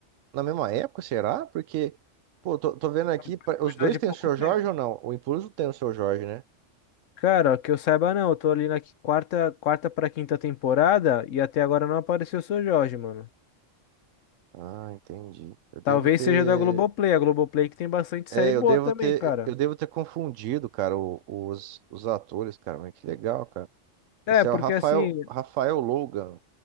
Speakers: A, on the right (about 85°); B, on the left (about 85°).
A: na mesma época, será? Porque, pô, tô, tô vendo aqui, pa-
B: Foi coisa
A: os dois
B: de
A: têm
B: pouco
A: o seu
B: tempo.
A: Jorge ou não? O Impuros não tem o seu Jorge, né?
B: Cara, que eu saiba não, eu tô ali na qui- quarta, quarta pra quinta temporada e até agora não apareceu o Seu Jorge, mano.
A: Ah, entendi. Eu devo
B: Talvez
A: ter.
B: seja da Globoplay, a Globoplay que tem bastante
A: É,
B: série boa
A: eu devo
B: também,
A: ter.
B: cara.
A: Eu devo ter confundido, cara, o- os, os atores, cara. Mas que legal, cara.
B: É,
A: Esse
B: porque
A: é o Rafael,
B: assim,
A: Rafael Logan.